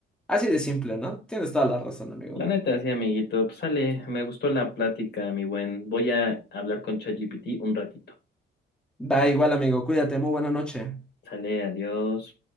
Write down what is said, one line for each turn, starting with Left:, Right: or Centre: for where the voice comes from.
Centre: Así de simple, ¿no? Tienes toda la razón, amigo.
Left: La neta, sí, amiguito. Pues sale, me gustó la plática, mi buen. Voy a hablar con ChatGPT un ratito.
Centre: Va igual, amigo. Cuídate. Muy buena noche.
Left: Sale, adiós.